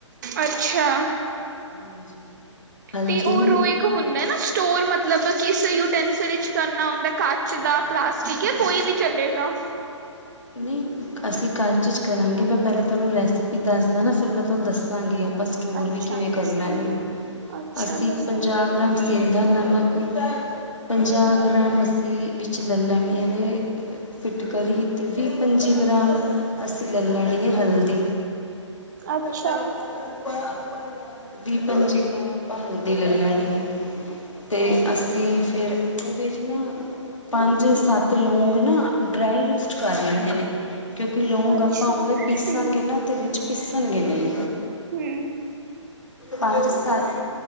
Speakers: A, on the right; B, on the left.
A: ਅੱਛਾ।
B: ਹਾਂਜੀ, ਹਲਦੀ।
A: ਤੇ ਉਹ ਰੋ ਇੱਕ ਹੁੰਦਾ ਨਾ ਸਟੋਰ, ਮਤਲਬ ਕਿਸੇ ਯੂਟੈਂਸਲ ਵਿੱਚ ਕਰਨਾ ਹੁੰਦਾ ਕੱਚ ਦਾ। ਪਲਾਸਟਿਕ ਜਾਂ ਕੋਈ ਵੀ ਚਲੇਗਾ।
B: ਨਹੀਂ। ਅਸੀਂ ਕਚ 'ਚ ਕਰਾਂਗੇ। ਮੈਂ ਪਹਿਲਾਂ ਤੁਹਾਨੂੰ ਰੈਸਿਪੀ ਦੱਸਦਾ ਨਾ ਫਿਰ ਮੈਂ ਤੁਹਾਨੂੰ ਦੱਸਾਂਗੀ ਆਪ ਆਪਾਂ ਸਟੋਰ
A: ਅੱਛਾ
B: ਵੀ ਕਿਵੇਂ
A: ਅੱਛਾ
B: ਕਰਨਾ ਇਹਨੂੰ,
A: ਅੱਛਾ
B: ਅਸੀਂ
A: ਦੱਸੋ
B: ਪੰਜਾਹ ਗ੍ਰਾਮ ਸੇਂਦਾ ਨਮਕ ਪੰਜਾਹ ਗ੍ਰਾਮ ਮੱਸੀ ਵਿੱਚ ਲੈ-ਲੈਣੀ ਮੇਵੇ ਫਿਟਕਰੀ ਤੇ ਵੀਹ ਪੰਜੀ ਗ੍ਰਾਮ ਅਸੀਂ ਲੈ ਲੈਣੀ ਏ ਹਲਦੀ
A: ਅੱਛਾ
B: <unintelligible> ਵੀਹ ਪੰਜੀ ਗ੍ਰਾਮ ਆਪਾਂ ਹਲਦੀ ਲੈ ਲੈਣੀ ਏ ਤੇ ਅਸੀਂ ਫਿਰ ਉਹਦੇ 'ਚ ਨਾ ਪੰਜ ਸੱਤ ਲੌਂਗ ਨਾ ਡਰਾਈ ਰੂਸ ਕੁਛ ਕਰ ਲੈਣੇ ਨੇ, ਕਿਉਂਕਿ ਲੌਂਗ
A: ਅੱਛਾ
B: ਆਪਾਂ ਉਵੇਂ ਪੀਸਾਂਗੇ
A: ਹਮ
B: ਨਾ ਤੇ ਵਿੱਚ ਪੀਸਣਗੇ ਨਹੀਂ
A: ਹਮ
B: ਪੰਜ ਸੱਤ